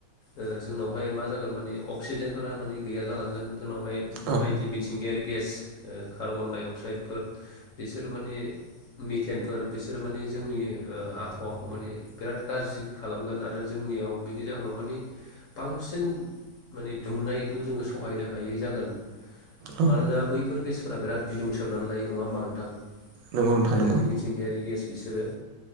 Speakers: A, on the left (about 60°); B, on the right (about 85°).
A: ओ जोंनावहाय मा जागोन माने अक्सिजेनफोरा माने गैया जालांगोन। जोंनावहाय
B: औ
A: आइ पि मिथिंगायारि गेस। ओ कार्बन-डाइ-अक्साइडफोर बिसोर माने मिथेनफोर बिसोर माने जोंनि ओ आबहावाखौ माने बिराद गाज्रि खालामगोन आरो जोंनियाव बिनि जाहोनाव माने। बांसिन माने दुंनायखौ जोङो सहायनो हायै जागोन।
B: औ
A: मानोना बैफोर। <unintelligible> फोरा बिराद बिदुं सोबनानै लायो। नङा होमबा नोंथां?
B: नंगौ नोंथां
A: जायनाखि
B: नंगौ
A: मिथिंगायारि गेस। बिसोरो।